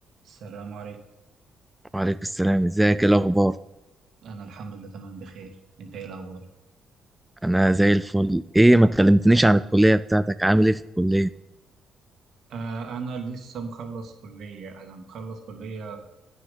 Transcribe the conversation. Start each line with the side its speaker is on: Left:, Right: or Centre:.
Right: السلام عليكم
Centre: وعليكم السلام ازيك ايه الاخبار
Right: أنا الحمد لله تمام بخير أنت إيه الأخبار؟
Centre: انا زي الفل ايه ما كلمتنيش عن الكليه بتاعتك عامل ايه في الكليه
Right: آه أنا لسه مخلص كلية أنا مخلص كلية